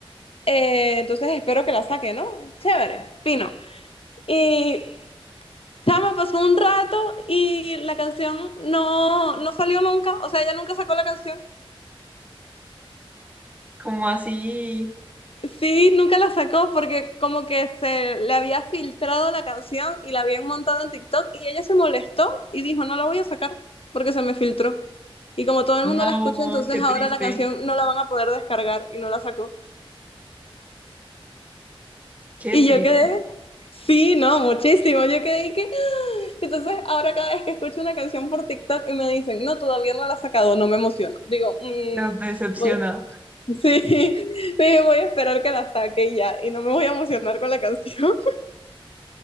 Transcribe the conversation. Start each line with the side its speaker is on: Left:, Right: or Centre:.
Left: eh, entonces espero que la saque, ¿no? Chévere, fino. Y Chama, pasó un rato y la canción no, no salió nunca, o sea, ella nunca sacó la canción.
Right: Como así.
Left: Sí, nunca la sacó porque como que se le había filtrado la canción y la habían montado en TikTok y ella se molestó y dijo, no la voy a sacar porque se me filtró. Y como todo el
Right: No,
Left: mundo la escucha, entonces
Right: qué
Left: ahora
Right: triste.
Left: la canción no la van a poder descargar y no la sacó.
Right: Qué
Left: Y
Right: triste.
Left: yo quedé, sí, no, muchísimo. Yo quedé y que. ¡ah! Entonces, ahora cada vez que escucho una canción por TikTok y me dicen, no, todavía no la has sacado, no me emociono. Digo, "Mm,
Right: Nos decepciona.
Left: voy, sí, <laughs> dije, voy a esperar que la saque y ya, y no me voy a emocionar con la canción. <laughs>